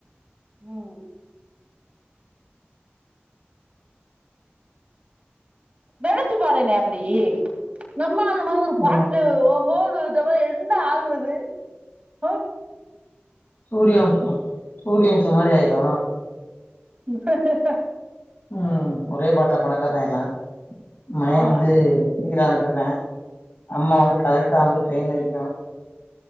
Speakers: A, on the right; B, on the left.
A: ம் நனைச்சி பாறேன்னே அப்டி நம்ம அந்த மாரி ஒரு பாட்ல
B: ஆ
A: ஒஹோ வந்டம்னா என்ன ஆகுறது ஒ
B: சூரியவம்சோ சூரியவம்சம் மாரி ஆயிரு
A: <unintelligible>
B: ம் ஒரே பாட்டா பணக்காரனா ஆயிர்லா மய
A: ஆமா
B: வந்து சிரிக்கிறாகன்ருப்ப அம்மா வந்து கலெக்ரா வந்து ட்ரெயின்ல நிக்கு